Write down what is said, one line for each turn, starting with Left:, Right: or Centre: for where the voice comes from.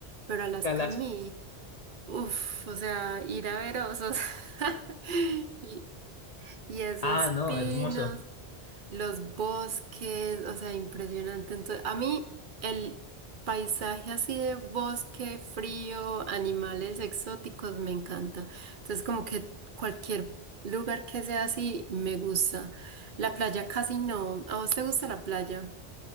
Right: pero Alaska
Left: Calas.
Right: a mí, uff, o sea, ir a ver osos <laughs> y, y esos
Left: Ah, no,
Right: pinos
Left: hermoso.
Right: los bosques, o sea, impresionante. Entonces, a mí el paisaje así de bosque, frío, animales exóticos me encanta. Entonces, como que cualquier lugar que sea así me gusta. La playa casi no. ¿A vos te gusta la playa?